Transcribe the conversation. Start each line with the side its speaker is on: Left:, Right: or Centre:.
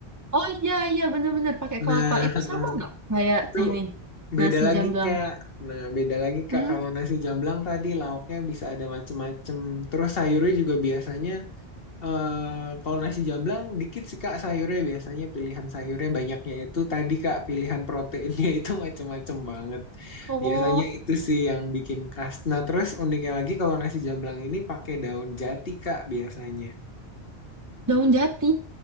Right: Oh iya iya bener-bener pakai kelapa.
Left: Nah, <laughs>
Right: Itu sama nggak kayak
Left: itu
Right: ini
Left: beda
Right: nasi
Left: lagi,
Right: jamblang?
Left: Kak. Nah, beda lagi, Kak.
Right: Hmm,
Left: Kalau nasi jamblang tadi lauknya bisa ada macem-macem. Terus sayurnya juga biasanya eh kalau nasi jamblang dikit sih Kak sayurnya biasanya pilihan sayurnya banyaknya itu tadi Kak pilihan proteinnya <laughs> itu macem-macem banget.
Right: oh
Left: Biasanya itu sih yang bikin khas. Nah, terus uniknya lagi kalau nasi jamblang ini pakai daun jati, Kak, biasanya.
Right: daun jati.